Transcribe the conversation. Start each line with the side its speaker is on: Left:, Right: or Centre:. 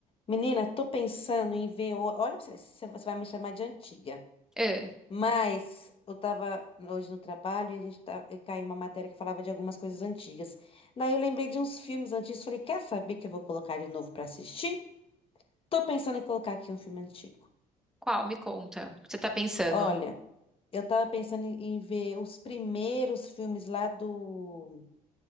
Left: Menina, tô pensando em ver. o- Olha, pra você ver se você vai me chamar de antiga.
Centre: Ah,
Left: Mas eu tava hoje no trabalho e a gente tá... e caiu uma matéria que falava de algumas coisas antigas. Daí eu lembrei de uns filmes antigos. Falei, quer saber que eu vou colocar de novo pra assistir? Tô pensando em colocar aqui um filme antigo.
Centre: qual? Me conta. O que você tá pensando?
Left: Olha, eu tava pensando em em ver os primeiros filmes lá do.